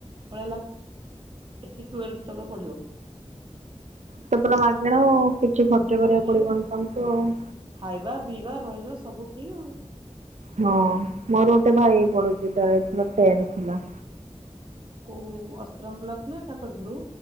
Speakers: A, on the right (about 45°); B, on the right (about 80°).
A: ପଳେଇଲା ଏଠି ଟୁଏଲଥ୍ ତକ ପଢିବ।
B: ଟୋଟାଲ ପୁରା ମାଗେଣା ଆଉ କିଛି ଖର୍ଚ୍ଚ
A: ହଁ ପୁରା
B: କରିବାକୁ
A: ଫ୍ରି
B: ପଡିବନି
A: ଆଉ।
B: ତମକୁ
A: ହଁ
B: ଆଉ।
A: ଖାଇବା ପିଇବା ରହିବା ସବୁ ଫ୍ରି ଆଉ।
B: ହଁ ମୋର ଗୋଟେ ଭାଇ
A: ହୁଁ।
B: ପଢୁଛି ତାର ଏଥର ଟେନ୍ଥ ଥିଲା।
A: କୋଉ ଅସ୍ତ୍ରଙ୍ଗ ବ୍ଲକ ନା କାକଟପୁରୁ?